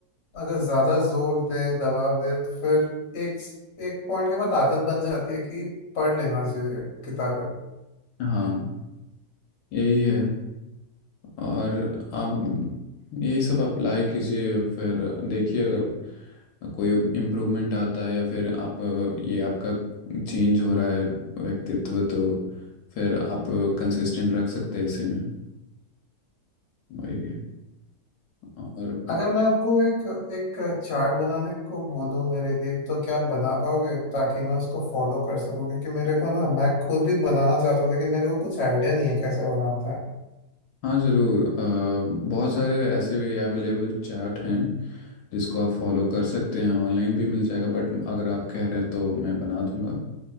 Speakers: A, on the left; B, on the left.
A: अगर ज्यादा जोर दें दबाव दें तो फिर एक एक पॉइंट के बाद आदत बन जाती है कि पढ़ लेना चाहिए किताबें
B: हाँ यही है और आप यही सब अप्लाई कीजिए फिर देखिए अगर कोई इम्प्रूवमेंट आता है या फिर आप ये आपका चेंज हो रहा है व्यक्तित्व तो फिर आप कंसिस्टेंट रख सकते हैं इसी में वही है। और
A: अगर मैं आपको एक एक चार्ट बनाने को बोलूँ मेरे लिए तो क्या आप बना पाओगे ताकि मैं उसको फॉलो कर सकूँ क्योंकि मेरे को ना मैं खुद भी बनाना चाहता हूँ लेकिन मेरे को कुछ आइडिया नहीं है कैसे बनाता है
B: हाँ ज़रूर अ, बहुत सारे ऐसे भी अवेलेबल चार्ट हैं जिसको आप फॉलो कर सकते हैं ऑनलाइन भी मिल जाएगा बट अगर आप कह रहे हैं तो मैं बना दूंगा